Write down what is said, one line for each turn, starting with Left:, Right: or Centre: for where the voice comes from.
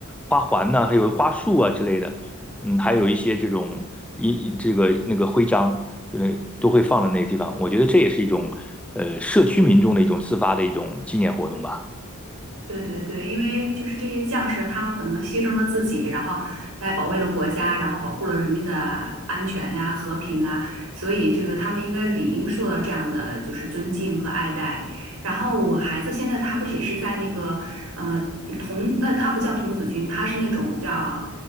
Centre: 花环呐、还有花束啊之类的。嗯，还有一些这种一这个那个徽章，就是都会放在那个地方。我觉得这也是一种呃社区民众的一种自发的一种纪念活动吧。
Right: 对对对，因为就是这些将士，他们可能牺牲了自己，然后来保卫了国家，然后保护了人民的安全呀、和平啊，所以这个他们应该理应受到这样的就是尊敬和爱戴。然后我孩子现在他不是也是在那个呃童，那他不叫童子军，他是那种叫